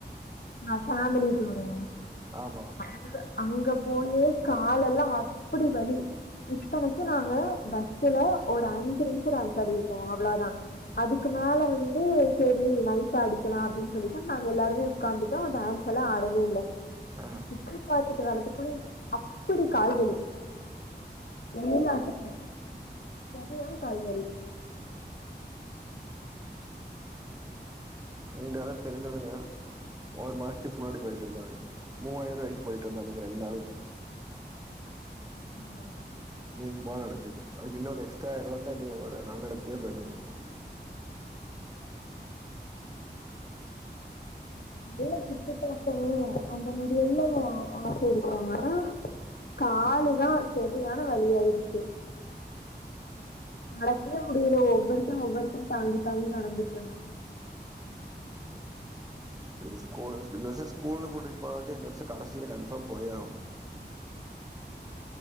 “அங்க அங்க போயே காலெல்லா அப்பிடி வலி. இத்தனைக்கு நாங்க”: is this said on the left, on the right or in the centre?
Left